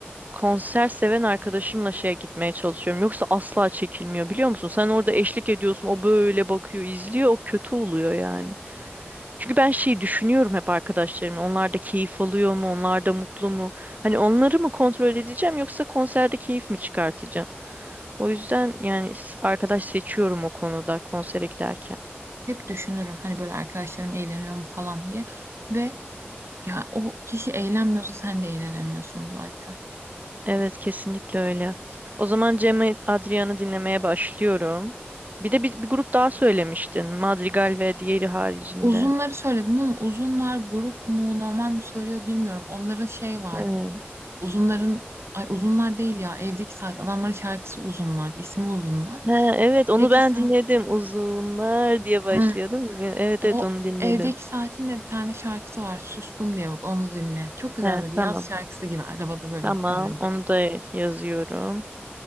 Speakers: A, on the right; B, on the right.
A: konser seven arkadaşımla şeye gitmeye çalışıyorum. Yoksa asla çekilmiyor biliyor musun? Sen orada eşlik ediyorsun. O böyle bakıyor, izliyor. O kötü oluyor yani. Çünkü ben şeyi düşünüyorum hep arkadaşlarım. Onlar da keyif alıyor mu? Onlar da mutlu mu? Hani onları mı kontrol edeceğim yoksa konserde keyif mi çıkartacağım? O yüzden yani s- arkadaş seçiyorum o konuda konsere giderken.
B: Hep düşünürüm hani böyle arkadaşlarım eğleniyor mu falan diye. Ve ya o kişi eğlenmiyorsa sen de eğlenemiyorsun zaten.
A: Evet kesinlikle öyle. O zaman Cem Adrian'ı dinlemeye başlıyorum. Bir de bir, bir grup daha söylemiştin. Madrigal ve diğeri haricinde.
B: Uzunları söyledim ama uzunlar grup mu normal mi söylüyor bilmiyorum. Onların şey var.
A: Evet.
B: Uzunların ay uzunlar değil ya evdeki saat adamların şarkısı uzunlar İsmi uzunlar.
A: Ha, evet onu
B: Evdeki
A: ben
B: saat
A: dinledim. Uzunlar diye başlıyordum.
B: Hı.
A: Evet
B: o
A: evet onu dinledim.
B: evdeki saatin de bir tane şarkısı var. Sustum diye bak onu dinle. Çok güzel
A: He,
B: böyle
A: tamam.
B: yaz şarkısı gibi arabada böyle
A: Tamam
B: dinlenecek.
A: onu da yazıyorum.